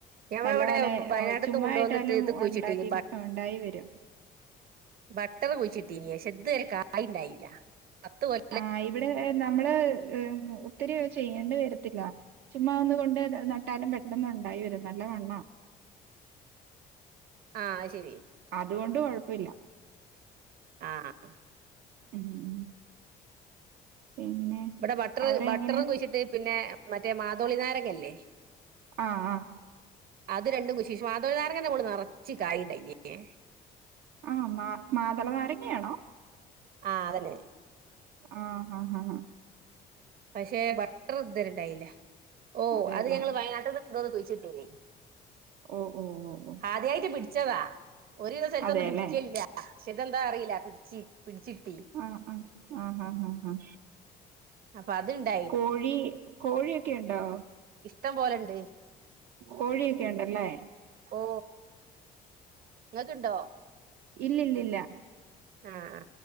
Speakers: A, on the right; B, on the right.
A: ഞമ്മളിവിടെ
B: നല്ല പോലെ
A: വയനാട്ട്ന്ന്
B: ഓ ചുമ്മായിട്ടാലും
A: കൊണ്ടുവന്നിട്ട് ഇത് കുഴിച്ചിട്ടീനി
B: ഒണ്ടാക്കി ഉണ്ടായി വെരും <inaudible>
A: ബട്ടറ് കുഴിച്ചിട്ടീനി പക്ഷെ ഇത് വരെ കായ്ണ്ടായീല്ല പത്ത് കൊൽ
B: ആ ഇവ്ടേ നമ്മള് ഹ് ഒത്തിരി ചെയ്യേണ്ട് വെരത്തില്ല ചുമ്മാ ഒന്ന് കൊണ്ട് നട്ടാലും പെട്ടെന്ന് ഉണ്ടായി വരും നല്ല മണ്ണാ
A: ആ അത് ശരി
B: അതുകൊണ്ട് കൊഴപ്പ ഇല്ല
A: ആഹ് ആഹ്
B: ഉം പിന്നെ
A: ഇബടെ ബട്ടറ്
B: അവിടെ
A: ബട്ടറും
B: എങ്ങനെ
A: കുഴിച്ചിട്ട് പിന്നേ മറ്റേ മാതോളി നാരങ്ങ ഇല്ലേ
B: ആഹ് ആഹ്
A: അത് രണ്ടും കുഴിച്ച്ഷ് മാതോളി നാരങ്ങന്റെ മോള് നറച്ച് കായിണ്ടായ്ന്യേ
B: ആ മാ മാതള നാരങ്ങയാണോ
A: ആ അതന്നെ
B: ആഹ് ആഹ് ആഹ്
A: പക്ഷെ ബട്ടറ് ഇധരേണ്ടായില്ല ഓ
B: അതെല്ലേ
A: അത് ഞങ്ങള് വയനാട്ട്ന്ന് കൊണ്ടോന്ന് കുയിച്ച്ട്ടേനെയ്
B: ഓഹോ ഓഹോ ഓഹോ
A: ആദ്യായിറ്റ് പിടിച്ചതാ ഒരു വിധ സ്ഥൽത്തൊന്നും
B: അതെല്ലേ
A: പിടിക്കേല്ല്യാ പക്ഷേ ഇതെന്താ അറിയീല പിട്ച്ചി പിട്ച്ച്ട്ടി
B: ആഹ് ആഹ് ആഹ് ആഹ് ആഹ്
A: അപ്പ അത്ണ്ടേ
B: കോഴി കോഴിയൊക്കെയ്ണ്ടോ
A: ഇഷ്ടം പോലെണ്ട്
B: കോഴിയൊക്കെ യുണ്ടല്ലേ
A: ഓ ഇങ്ങക്ക്ണ്ടോ
B: ഇല്ല്യ ഇല്ല്യ ഇല്ലാ
A: ആ ആ